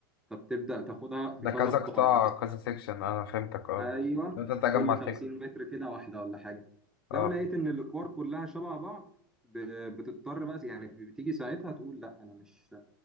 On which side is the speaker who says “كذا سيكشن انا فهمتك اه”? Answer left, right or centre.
Left